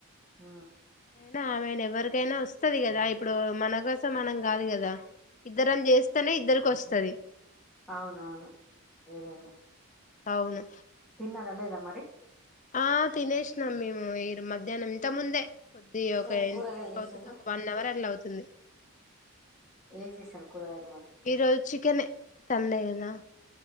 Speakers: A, in the centre; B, on the left.
A: ఆ
B: నా ఆమె ఎవ్వరికైనా వస్తది కదా ఇప్పుడు మన కోసం మనం కాదు కదా ఇద్దరం చేస్తేనే ఇద్దరికి వస్తది
A: అవునవును ఏదైనా
B: అవును
A: న్నారా లేదా మరి
B: ఆ తినేష్ న్నం మేము మధ్యాహ్నం ఇంత ముందే కొద్ది ఒక
A: ఏం
B: ఎంసేపు
A: కూరగాయలు చేసిండ్రు
B: అవుతుంది ఒక వన్ అవర్ అట్లా అవుతు తుంది
A: ఏం చేసారు కూరగాయలు మరి
B: ఈ రోజు చికెనే తండే గదా